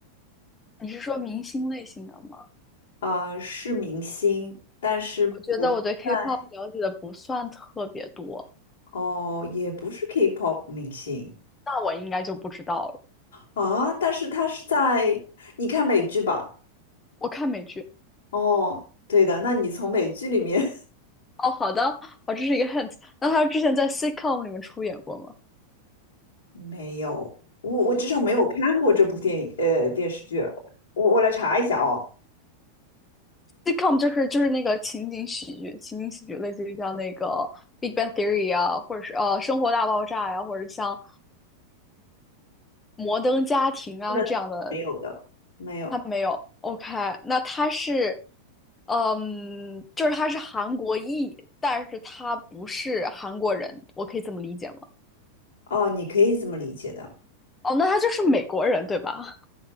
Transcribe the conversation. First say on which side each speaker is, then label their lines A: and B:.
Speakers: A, on the left; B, on the left.
A: 你是说明星类型的吗？
B: 啊、是明星，但是不是在
A: 我觉得我对 K-pop 了解的不算特别多，
B: 哦，也不是 K-pop 明星
A: 那我应该就不知道了。
B: 啊，但是他是在你看美剧吧？
A: 我看美剧。
B: 哦，对的，那你从美剧里面 <laughs>
A: 哦，好的，哦，这是一个 hint。那他之前在 sitcom 里面出演过吗
B: 没有，我我至少没有看过这部电影呃电视剧，我我来查一下哦，
A: ？sitcom 就是就是那个情景喜剧，情景喜剧类似于像那个《Big Bang Theory》啊，或者是呃《生活大爆炸》呀，或者像《摩登家庭》啊这样的。
B: 是的，没有的，没有
A: 他没有。OK，那他是，嗯，就是他是韩国裔，但是他不是韩国人，我可以这么理解吗？
B: 哦，你可以这么理解的。
A: 哦，那他就是美国人，对吧？